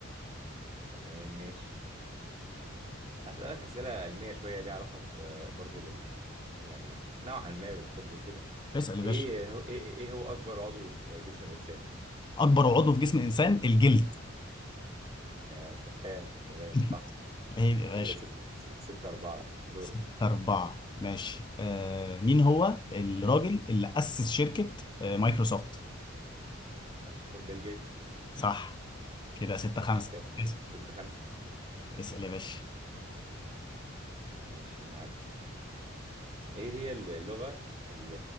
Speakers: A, on the right (about 35°); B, on the left (about 25°).
A: تمام ماشي هسألك أسئلة علمية شوية ليها علاقة ب- برضو بال يعني بال... نوعا ما بالطب وكده
B: اسال يا
A: إيه
B: باشا
A: هو إيه, إيه هو أكبر عضو في جسم الإنسان؟
B: اكبر عضو في جسم الانسان الجلد
A: يا سلام يا سلام
B: <laughs>
A: صح
B: عيب يا باشا
A: كده ست ست- ستة أربعة دورك
B: ستة أربعة ماشي آه مين هو الراجل اللي أسس شركة آه مايكروسوفت
A: مايكروسوفت بيل جيتس
B: صح كده ستة خمسة
A: تمام كده ستة
B: اسأل
A: ستة خمسة
B: اسأل يا باشا
A: ماشي يا معلم ايه هي اللغة ال-